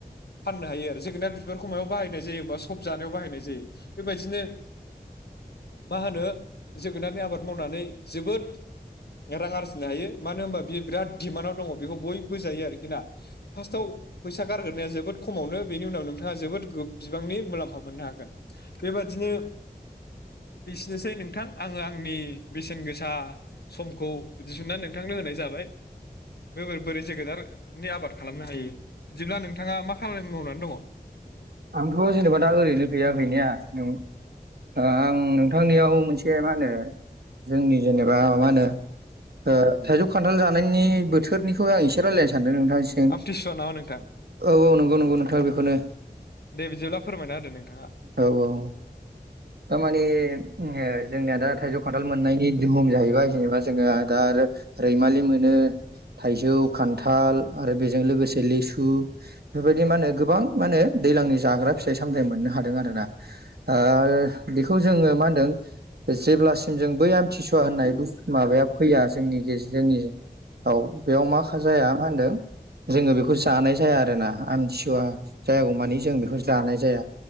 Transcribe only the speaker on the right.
आंथ जेनेबा दा ओरैनो गैया गैनाया नों आं नोंथांनियाव मोनसे मा होनो जोंनि जेनेबा मा होनो ओ थाइजौ खान्थाल जानायनि बोथोरनिखौ आं एसे रायजलायनो सानदों नोंथांसिम
औ औ नंगौ नंगौ नोंथां बेखौनो
औ औ थारमाने ओ जोंनिया दा थाइजौ खान्थाल मोननायनि दोहोम जाहैबाय जेनेबा जोङो दा आरो रैमालि मोनो, थाइजौ खान्थाल आरो बेजों लोगोसे लिसु बेफोरबायदि मा होनो गोबां मा होनो दैज्लांनि जाग्रा फिथाइ सामथायाइ मोननो हादों आरोना, ओ बेखौ जोङो मा होनदों जेब्लासिम जों बै आमथिसुवा होनना माबाया फैया जोंनि जोंनिआव बेयाव मा जाया मा होनदों जोङो बेखौ जानाय जाया आरो ना आमथिसुवा जायागौ मानि जों बेखौ जानाय जाया